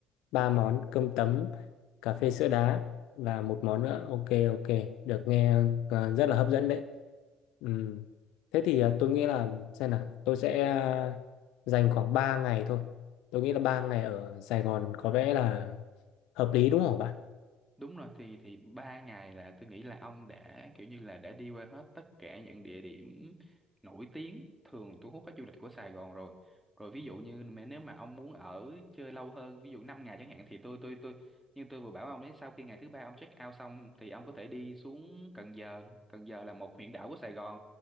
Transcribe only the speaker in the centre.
Đúng rồi thì thì ba ngày là tôi nghĩ là ông đã kiểu như là đã đi qua hết tất cả những địa điểm nổi tiếng thường thu hút khách du lịch của Sài Gòn rồi. Rồi ví dụ như mà nếu mà ông muốn ở chơi lâu hơn, ví dụ 5 ngày chẳng hạn thì tôi tôi tôi nhưng tôi vừa bảo ông ấy sau khi ngày thứ ba ông check out xong thì ông có thể đi xuống Cần Giờ, Cần Giờ là một huyện đảo của Sài Gòn.